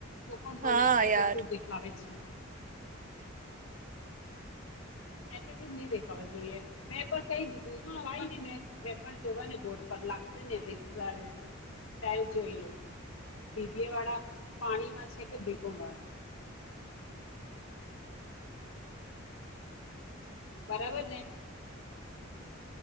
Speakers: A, on the left (about 75°); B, on the right (about 40°).
A: ત પણ મને
B: હા
A: એટિટ્યુડ
B: યાર
A: દેખાવે છે એટિટ્યુડ નહી દેખાવા જોઈએ મેં પણ કહી દીધું ન મેં જોવા બોર્ડ પર લાગશે ને રિઝલ્ટ ત્યારે જોઈ લો પીવીએ વાળા પાણીમાં છે કે બેકોમ વાળા
B: <unintelligible>
A: બરાબર ને